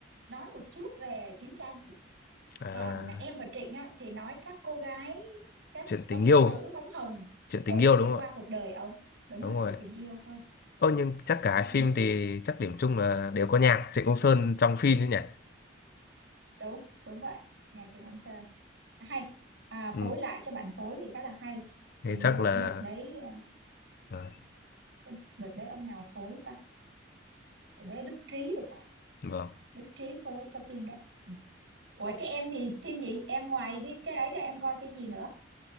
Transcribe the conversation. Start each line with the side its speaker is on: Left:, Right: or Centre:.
Right: nói một chút về chiến tranh
Left: À,
Right: còn em và Trịnh á, thì nói các cô gái các
Left: chuyện
Right: bóng
Left: tình yêu,
Right: nữ bóng hồng
Left: chuyện tình
Right: ừ
Left: yêu đúng
Right: đi
Left: không
Right: qua
Left: ạ?
Right: cuộc đời ông đúng
Left: Đúng
Right: rồi
Left: rồi.
Right: chuyện tình yêu hơn
Left: Ơ nhưng chắc cả
Right: đấy
Left: hai
Right: cho
Left: phim
Right: nên
Left: thì chắc điểm chung là đều có nhạc Trịnh Công Sơn trong phim chứ nhỉ?
Right: đúng đúng vậy nhà trường ông Sơn hay à,
Left: Ừ.
Right: phối lại cho bản phối thì khá là hay
Left: Thế
Right: hình như
Left: chắc
Right: là
Left: là
Right: cái đợt đấy à,
Left: vâng.
Right: cái đợt đấy ông nào phối ta đợt đấy Đức Trí thì phải
Left: Vâng.
Right: Đức Trí phối cho phim đấy ừ. Ủa chứ em thì phim gì em ngoài cái cái đấy ra em coi phim gì nữa